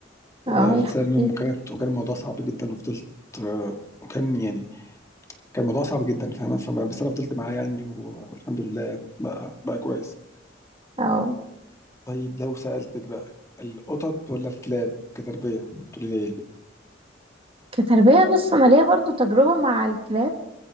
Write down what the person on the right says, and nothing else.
اه
يا حبيبي
اه
كتربية بص انا ليا برضو تجربة مع الكلاب